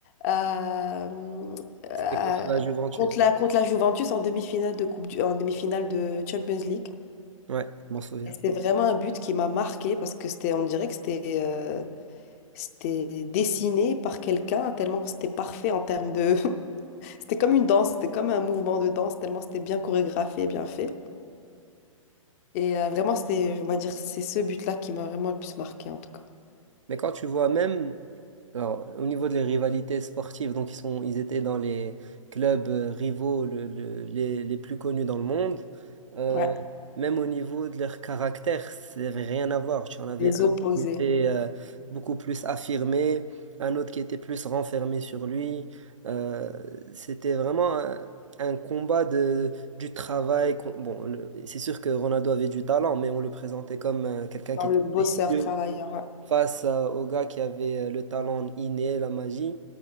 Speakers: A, on the left (about 25°); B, on the right (about 65°).
A: euh, euh,
B: C'était contre la Juventus.
A: contre la, contre la Juventus en demi-finale de coupe du- en demi-finale de Champions League.
B: Ouais, je m'en souviens.
A: Et c'était vraiment un but qui m'a marqué parce que c'était, on dirait que c'était euh, c'était dessiné par quelqu'un, tellement c'était parfait en termes de. <laughs> C'était comme une danse, c'était comme un mouvement de danse, tellement c'était bien chorégraphié et bien fait. Et euh, vraiment, c'était, on va dire, c'est ce but-là qui m'a vraiment le plus marqué, en tout cas.
B: Mais quand tu vois même, alors, au niveau des rivalités sportives, donc ils sont, ils étaient dans les clubs euh, rivaux le- le- les, les plus connus dans le monde. Euh,
A: Ouais,
B: même au niveau de leur caractère, ça n'avait rien à voir. Tu en avais
A: les
B: un
A: opposés,
B: qui était euh, beaucoup plus affirmé, un autre qui était plus renfermé sur lui. Euh, c'était vraiment un, un combat de, du travail. qu'on- Bon, le- c'est sûr que Ronaldo avait du talent, mais on le présentait comme euh, quelqu'un
A: comme
B: qui travaillait
A: le bosseur
B: dur
A: travailleur, ouais.
B: face à- au gars qui avait euh, le talent inné, la magie.